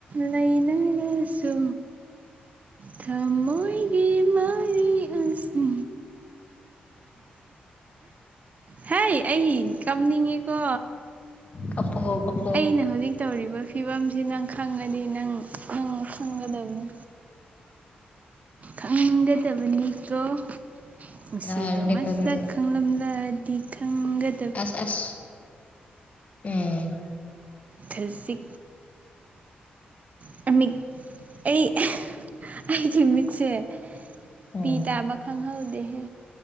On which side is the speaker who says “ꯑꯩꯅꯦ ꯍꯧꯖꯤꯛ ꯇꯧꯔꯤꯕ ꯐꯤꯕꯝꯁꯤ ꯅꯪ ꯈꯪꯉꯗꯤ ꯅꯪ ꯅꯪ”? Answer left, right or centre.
Right